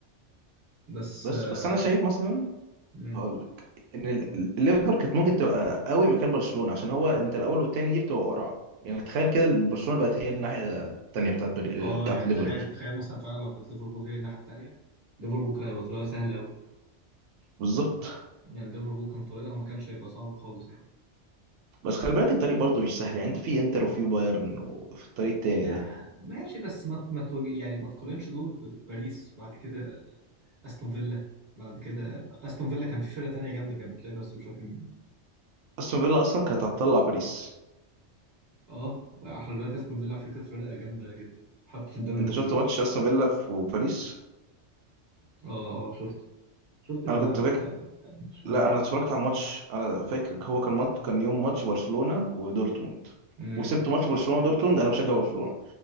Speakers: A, on the right; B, on the right.
A: بس
B: بس
A: آه،
B: بس انا شايف مثلا
A: مم.
B: هقول لك ان ال- الليفر كانت ممكن تبقى قوي مكان برشلونه عشان هو انت الاول والتاني دي بتبقى قرعه يعني تخيل كده برشلونه بقت هي الناحيه التانيه بتاعت بري...
A: اه
B: بتاعت
A: يعني
B: الليفر
A: تخيل
B: دي
A: تخيل مثلا فعلا لو كانت ليفربول هي الناحيه التانيه ليفربول كان هيبقى طريقها سهل قوي
B: بالظبط
A: يعني ليفربول كان طريقها ما كانش هيبقى صعب خالص يعني
B: بس خلي بالك الطريق برضه مش سهل يعني انت في انتر وفي بايرن وفي الطريق التاني
A: آه
B: ده
A: ماشي بس ما ما تواجه يعني ما تقارنش دول بباريس بعد كده استون فيلا بعد كده استون فيلا كان في فرقه تانيه جامده كانت بتلعب بس مش فاكر مين
B: استون فيلا اصلا كانت هتطلع باريس
A: اه بقى خلي بالك استون فيلا على فكره فرقه جامده جدا حتى في الدوري الانجليزي
B: انت شفت ماتش استون فيلا في- وباريس
A: اه اه شفت شفت الاجوان
B: انا كنت
A: بس
B: فاكر
A: يعني كان مش الماتش
B: لا انا
A: كله
B: اتفرجت على ماتش انا فاكر هو كان ماتش كان يوم ماتش برشلونة ودورتموند
A: امم
B: وسبت ماتش برشلونة ودورتموند انا بشجع برشلونة